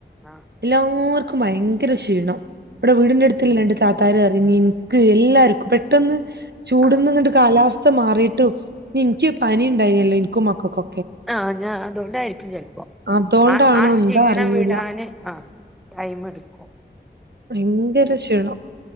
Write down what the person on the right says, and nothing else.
<unintelligible> ഭയങ്കര ക്ഷീണ ഇവിടെ വീടിന്റെ അടുത്തിൽ രണ്ട് താത്താര് പറഞ്ഞു എനിക്ക് എല്ലാർക്കും പെട്ടന്ന് ചൂടുന്ന
ഇങ്ങട്ട് കാലാവസ് സ്ഥ മാറിയിട്ടും എനിക്ക് പനി ഉണ്ടായിനല്ലോ എനിക്കും മക്കൾക്കൊ
അതോണ്ടാണോ
എന്താ അറിയൂല
ഭയങ്കര ക്ഷീണം